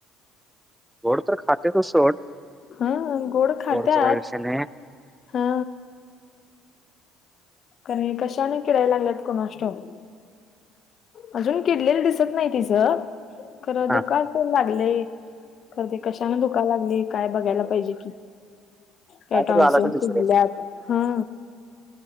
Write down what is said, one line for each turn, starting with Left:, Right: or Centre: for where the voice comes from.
Centre: गोड तर खाते तू सोड
Left: हा गोड खात्यात
Centre: गोडचा काय विषय नाही
Left: हा. कारण ये कशाने किडायला लागल्यात कोणास ठाऊक? अजून किडलेलं दिसत नाही तिचं खरं
Centre: हा
Left: दुकाय तेन लागलंय, खर ते कशानं दुकाय लागलय काय बघायला? पाहिजे कि काय टॉन्सिल
Centre: तर झाला असेल
Left: सुजल्यात
Centre: दुसऱ्या
Left: हा.